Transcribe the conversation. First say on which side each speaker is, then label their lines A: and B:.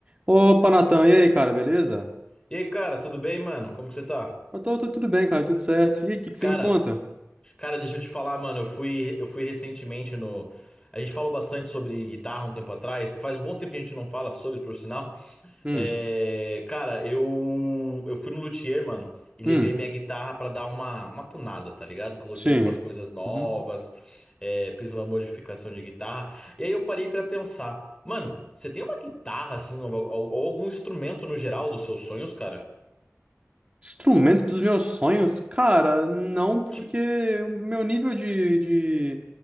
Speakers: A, on the right; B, on the left.
A: Opa, Natan, e aí, cara, beleza?
B: E aí, cara, tudo bem, mano? Como que você tá?
A: Eu tô, tô tudo bem, cara, tudo certo. E aí, o que que você
B: Cara,
A: me conta?
B: cara, deixa eu te falar, mano, eu fui eu fui recentemente no A gente falou bastante sobre guitarra um tempo atrás. Faz um bom tempo que a gente não fala sobre, por sinal.
A: Hum,
B: É, cara, eu eu fui no luthier, mano, e levei
A: hum,
B: minha guitarra pra dar uma uma tunada, tá ligado? Coloquei
A: sim.
B: algumas coisas novas,
A: Uhum.
B: é, fiz uma modificação de guitarra. E aí eu parei pra pensar, mano, você tem uma guitarra assim ou, ou ou algum instrumento no geral dos seus sonhos, cara?
A: Instrumento dos meus sonhos? Cara, não, porque
B: Tipo,
A: o meu nível de, de,